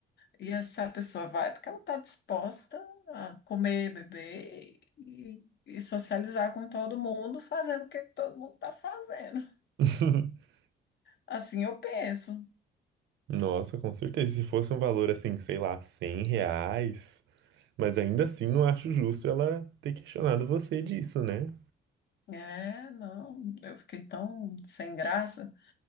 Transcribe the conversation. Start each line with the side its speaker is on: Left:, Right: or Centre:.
Left: E essa pessoa vai porque ela está disposta a comer, beber e, e socializar com todo mundo, fazendo o que todo mundo está fazendo.
Right: <laughs>
Left: Assim eu penso.
Right: Nossa, com certeza. Se fosse um valor assim, sei lá, 100 reais. Mas ainda assim, não acho justo ela ter questionado você disso, né?
Left: É, não, eu fiquei tão sem graça.